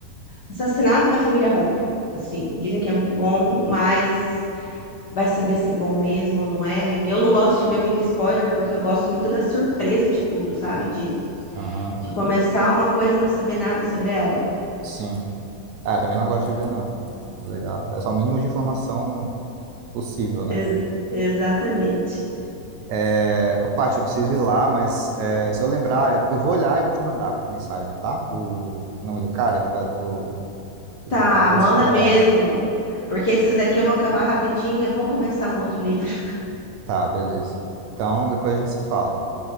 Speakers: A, on the left; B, on the right.
A: Assassinato da Família Hope. Assim, dizem que é muito bom, mas vai saber se é bom mesmo ou não é. E eu não gosto de ver muito spoiler, porque eu gosto muito da surpresa de tudo, sabe? De,
B: Aham,
A: de começar uma coisa e não saber nada sobre ela.
B: sim. Ah, também não gosto de ver, não. Mas Legal. É só o mínimo de informação possível, né?
A: Ex- exatamente.
B: É... Ô, Paty, eu preciso ir lá, mas é, se eu lembrar, eu eu vou olhar e vou te mandar por mensagem, tá? O nome do cara, pra tu ver
A: Tá,
B: também
A: manda
B: se te interessa.
A: mesmo. Porque esses daqui eu vou acabar rapidinho. É bom começar um outro livro. <laughs>
B: Tá, beleza. Então, depois a gente se fala.